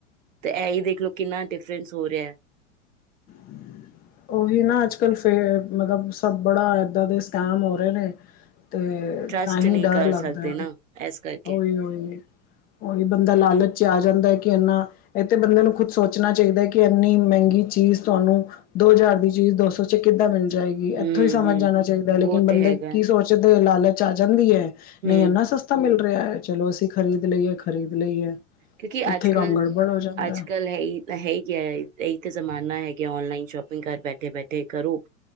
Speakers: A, on the right; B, on the left.
A: ਤੇ ਇਹੀ ਦੇਖਲੋ ਕਿੰਨਾ ਡਿਫਰੈਂਸ ਹੋ ਰਿਹਾ।
B: ਹਮ। ਉਹੀ ਨਾ ਅੱਜ ਕੱਲ ਫੇ ਮਤਲਬ ਸਭ ਬੜਾ ਇੱਦਾਂ ਦੇ ਸਕੈਮ ਹੋ ਰਹੇ ਨੇ। ਤੇ
A: ਟਰਸਟ
B: ਤਾਂ ਹੀ
A: ਨਹੀਂ
B: ਡਰ
A: ਕਰ
B: ਲੱਗਦਾ
A: ਸਕਦੇ ਨਾ ਇਸ ਕਰਕੇ
B: ਈ ਹੋਈ। ਉਹੀ ਬੰਦਾ ਲਾਲਚ ਚ ਆ ਜਾਂਦਾ ਹੈ ਕਿ ਇੰਨਾ ਇੱਥੇ ਬੰਦੇ ਨੂੰ ਖੁਦ ਸੋਚਣਾ ਚਾਹੀਦਾ ਹੈ ਕਿ ਇੰਨੀ ਮਹਿੰਗੀ ਚੀਜ਼ ਤੁਹਾਨੂੰ! ਦੋ ਹਜ਼ਾਰ ਦੀ ਚੀਜ਼, ਦੋ ਸੌ ਚੱ ਕਿੱਦਾਂ ਮਿਲ ਜਾਏਗੀ। ਕਿ
A: ਹੂੰ
B: ਇੱਥੋਂ ਹੀ ਸੱਮਝ
A: ਹੂੰ
B: ਜਾਣਾ ਚਾਹੀਦਾ। ਲੇਕਿਨ
A: ਉਹ
B: ਬੰਦੇ
A: ਤੇ ਹੈਗਾ
B: ਕੀ ਸੋਚਦੇ ਲਾਲਚ ਆ ਜਾਂਦੀ ਹੈ।
A: ਹੂੰ
B: ਨਹੀਂ ਇਨ੍ਹਾਂ ਸਸਤਾ? ਤਾ ਮਿਲ ਰਿਹਾ ਹੈ, ਚਲੋ ਅਸੀਂ ਖਰੀਦ ਲਈਏ- ਖਰੀਦ ਲਈਏ?
A: ਕਿਉਂਕਿ
B: ਉੱਥੇ
A: ਅੱਜ ਕੱਲ੍ਹ,
B: ਕੰਮ ਗੜਬੜ ਹੋ ਜਾਂਦਾ
A: ਅੱਜ ਕੱਲ ਹੈ ਹੀ? ਹੈਇ ਕਿਆ ਤੇ ਇਕ ਜ਼ਮਾਨਾ ਹੈ, ਕਿ ਔਨਲਾਈਨ ਸ਼ੋਪਿੰਗ ਘਰ ਬੈਠੇ ਬੈਠੇ ਕਰੋ।